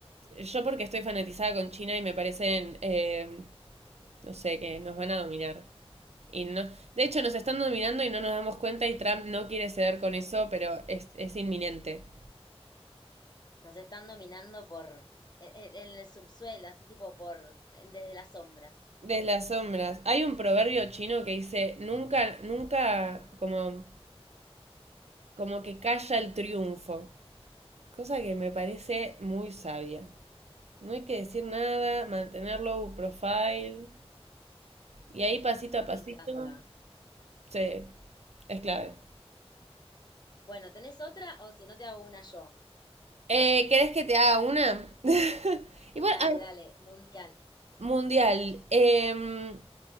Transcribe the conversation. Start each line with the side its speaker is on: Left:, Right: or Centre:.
Right: Yo porque estoy fanatizada con China y me parecen, eh, no sé, que nos van a dominar. Y no, de hecho, nos están dominando y no nos damos cuenta y Trump no quiere ceder con eso, pero es, es inminente.
Left: Nos están dominando por en, en el subsuelo, así tipo por desde las sombras.
Right: Desde las sombras. Hay un proverbio chino que dice, nunca, nunca, como, como que calla el triunfo. Cosa que me parece muy sabia. No hay que decir nada, mantener low profile. Y ahí pasito a
Left: Me
Right: pasito.
Left: encanta.
Right: Sí, es clave.
Left: Bueno, ¿tenés otra? O si no, te hago una yo.
Right: Eh, ¿querés que te haga una? <laughs> Y bueno,
Left: Dale,
Right: ah,
Left: dale, mundial.
Right: mundial. em,